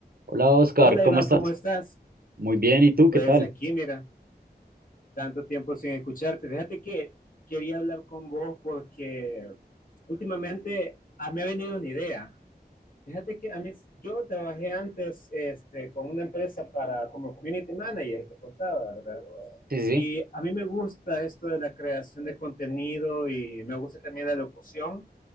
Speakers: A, on the right; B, on the left.
A: Hola Oscar,
B: Hola
A: ¿cómo
B: Iván,
A: estás?
B: ¿cómo estás?
A: Muy bien, ¿y tú
B: Pues
A: qué tal?
B: aquí, mira, tanto tiempo sin escucharte. Fíjate que quería hablar con vos porque últimamente ah, me ha venido una idea. Fíjate que a mí, yo trabajé antes este, con una empresa para, como community manager, te contaba, ¿verdad?
A: Sí, sí.
B: Y
A: Sí,
B: a mí me gusta esto de la creación de contenido y me gusta también la locución